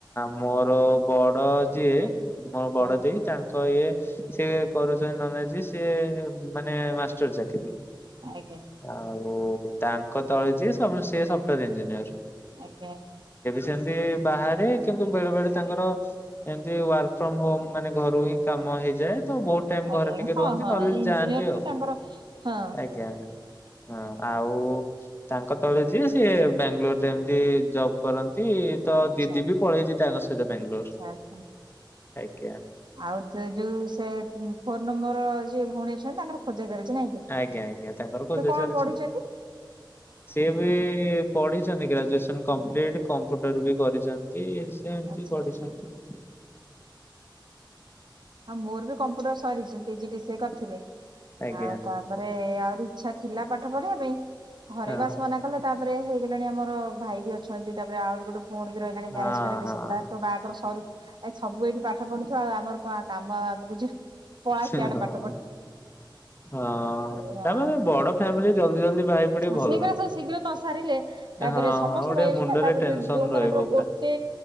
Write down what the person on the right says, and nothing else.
ଆଜ୍ଞା
ଆଜ୍ଞା।
ଆଜ୍ଞା ଆଜ୍ଞା।
ଆଜ୍ଞା
ଆଜ୍ଞା
ହଁ
ହଁ
ଇଞ୍ଜିନିୟର
ସେ ତାଙ୍କର ହଁ
ଆଚ୍ଛା
ଆଚ୍ଛା ଆଚ୍ଛା
ଆଚ୍ଛା।
ଆଉ ତେ ଯୋଉ ସେ ଫୋନ ନମ୍ବର ଯିଏ ଭଉଣୀ ଅଛନ୍ତି ତାଙ୍କର ଖଜାରଛି ନାଇଁ କି ସେ
କଣ
ପଢିଛନ୍ତି?
ଆଚ୍ଛା
ଆଚ୍ଛା ଆଉ ମୋର ବି କମ୍ପ୍ୟୁଟର ସରିଛି P G D C A କରିଥିଲି।
ଆଉ ତାପରେ ଆହୁରି ଇଚ୍ଛା ଥିଲା ପାଠ ପଢିବା ପାଇଁ ଘରେ
ବାସ ମନା କଲେ। ତାପରେ ହେଇଗଲାଣି ଆମର ଭାଇ ବି ଅଛନ୍ତି ତାପରେ ଆଉ ଗୋଟେ ଫୁଣି ବି ରହିଲାଣି
ମ୍ୟାରେଜ କରି
ସେଥିଲା ତ ବାହାଘର ସରୁ ଆ ସବୁ ଏଇଠି ପାଠ ପଢୁଥିବା ଆଉ ଆମର କଣ କାମ ଆଗଉଚି ପଳା
ସିଆଡେ
ପାଠ ପଢୁ।
ଏଇଆ
ସେଗଡା ସବୁ ଶୀଘ୍ର ନସାରିଲେ ତାପରେ
ସମସ୍ତେ
ରହିଅଛି
ନା ତାପରେ
ଯୋଉ ମାନଙ୍କର
ଗୋଟ ସେ